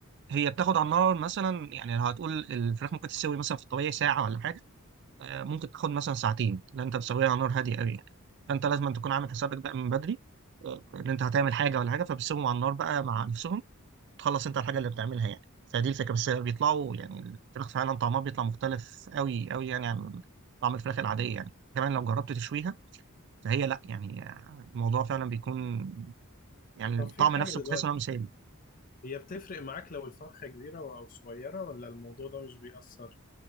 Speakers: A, on the right (about 55°); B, on the left (about 40°).
A: هي بتاخد على النار مثلا يعني لو هتقول الفراخ ممكن تستوي مثلا في الطبيعي ساعه ولا حاجه آه، ممكن تاخد مثلا ساعتين لان انت بتسويها على نار هاديه قوي يعني فانت لازم أن تكون عامل حسابك بقى من بدري آه، ان انت هتعمل حاجه ولا حاجه فبتسيبهم على النار بقى مع نفسهم تخلص انت الحاجه اللي بتعملها يعني فدي الفكره بس بيطلعوا يعني الفراخ فعلا طعمها بيطلع مختلف قوي قوي يعني عن طعم الفراخ العاديه يعني كمان لو جربت تشويها فهي لا يعني آه، الموضوع فعلا بيكون يعني
B: طب
A: الطعم
B: في حاجة
A: نفسه
B: دلوقتي
A: بتحس انه مثالي
B: هي بتفرق معاك لو الفرخة كبيرة او صغيرة ولا الموضوع ده مش بيأثر؟